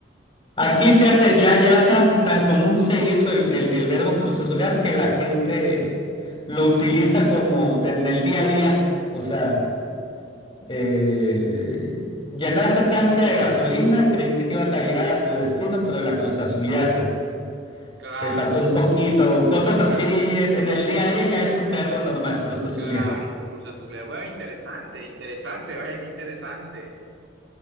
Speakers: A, on the left; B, on the right.
A: Aquí, fíjate, ya, ya tan, tan común se hizo el, el, el verbo cruzazulear que la gente lo utiliza como de- en el día a día. O sea, eh, llenaste tanque de gasolina y creíste que ibas a llegar a tu destino, pero la cruzazuleaste.
B: Claro,
A: Te faltó un poquito, cosas
B: le
A: así.
B: fal-
A: En en el día a día ya es un verbo normal, cruzazulear.
B: claro, Cruz Azul. Bueno, interesante, interesante, vaya, qué interesante.